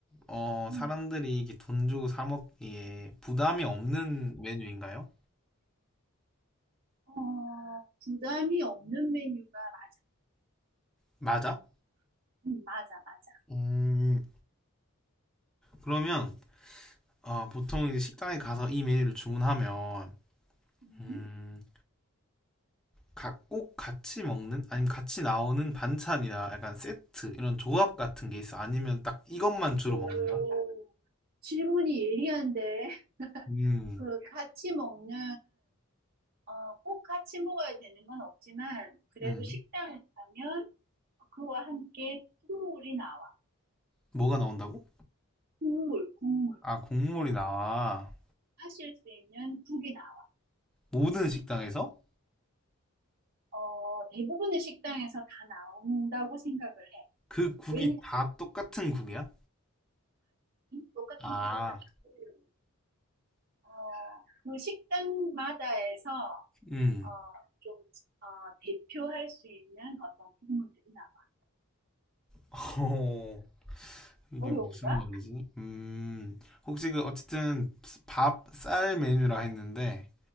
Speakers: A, in the centre; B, on the right.
A: 어,
B: 음,
A: 사람들이 이게 돈 주고 사 먹기에 부담이 없는 메뉴인가요?
B: 어, 부담이 없는 메뉴가 맞-
A: 맞아?
B: 음, 맞아 맞아.
A: 음. 그러면 어, 보통 이제 식당에 가서 이 메뉴를 주문하면
B: 음.
A: 음, 가- 꼭 같이 먹는 아니면 같이 나오는 반찬이나 약간 세트 이런 조합 같은 게 있어? 아니면 딱 이것만 주로
B: 오
A: 먹는다?
B: 질문이 예리한데 <laughs>
A: 음,
B: 그 같이 먹는 어, 꼭 같이 먹어야 되는 건 없지만 그래도
A: 음.
B: 식당에 가면 그와 함께 국물이 나와.
A: 뭐가 나온다고?
B: 국물, 국물
A: 아, 국물이 나와.
B: 하실 수 있는 국이 나와.
A: 모든 식당에서?
B: 어, 대부분의 식당에서 다 나온다고 생각을 해.
A: 그 국이
B: 왜냐하면
A: 다 똑같은 국이야?
B: 똑같은
A: 아,
B: 국은 아니고 어, 그 식당마다에서 어,
A: 음.
B: 좀 어, 대표할 수 있는 어떤 국물들이 나와.
A: <laughs> 어, 이게
B: 어려운가?
A: 무슨 말이지? 음. 혹시 그 어쨌든 밥, 쌀 메뉴라 했는데